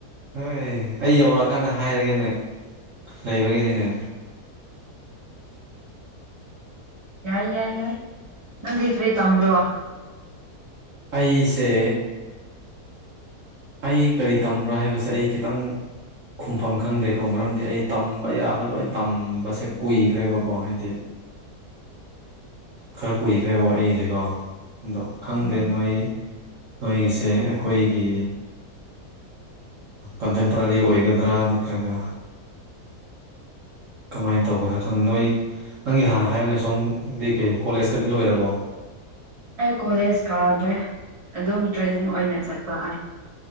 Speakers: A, on the right; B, on the right.
A: ꯍꯣꯏ ꯑꯩ ꯌꯧꯔꯛꯑꯀꯥꯟꯗ ꯍꯥꯏꯔꯒꯦꯅꯦ ꯂꯩꯕꯒꯤꯅꯤꯅꯦ
B: ꯌꯥꯏ ꯌꯥꯏ ꯌꯥꯏ ꯅꯪꯗꯤ ꯀꯔꯤ ꯇꯝꯕꯔꯣ
A: ꯑꯩꯁꯦ ꯑꯩ ꯀꯔꯤ ꯇꯝꯕ꯭ꯔꯥ ꯍꯥꯏꯕꯁꯦ ꯑꯩ ꯈꯤꯇꯪ ꯈꯨꯝꯐꯝ ꯈꯪꯗꯦꯀꯣ ꯃꯔꯝꯗꯤ ꯑꯩ ꯇꯝꯕ ꯌꯥꯕ ꯂꯣꯏꯅ ꯇꯝꯕꯁꯦ ꯀꯨꯏꯈ꯭ꯔꯦꯕꯀꯣ ꯍꯥꯏꯗꯤ
B: <inaudible>
A: ꯈꯔ ꯀꯨꯏꯈ꯭ꯔꯦꯕꯣ ꯑꯩꯁꯦꯀꯣ ꯑꯗꯣ ꯈꯪꯗꯦ
B: ꯎꯝ
A: ꯅꯣꯏ ꯅꯣꯏꯒꯤꯁꯦ ꯑꯩꯈꯣꯏꯒꯤ ꯀꯟꯇꯦꯝꯄꯔꯔꯤ ꯑꯣꯏꯒꯗ꯭ꯔꯥ ꯅꯠꯇ꯭ꯔꯒ
B: <inaudible>
A: ꯀꯃꯥꯏꯅ ꯇꯧꯒꯗ꯭ꯔꯥ ꯈꯪꯗ ꯅꯣꯏ ꯅꯪꯒꯤ ꯍꯥꯟꯅ ꯍꯥꯏꯕꯅꯦ ꯁꯣꯝꯗꯤ ꯀꯩ ꯀꯣꯂꯦꯖꯀꯗꯤ ꯂꯣꯏꯔꯕꯣ
B: ꯑꯩ ꯀꯣꯂꯦꯖ ꯀꯥꯗ꯭ꯔꯦ ꯑꯗꯨꯝ ꯇ꯭ꯔꯦꯅꯤꯡ ꯑꯣꯏꯅ ꯆꯠꯄ ꯑꯩ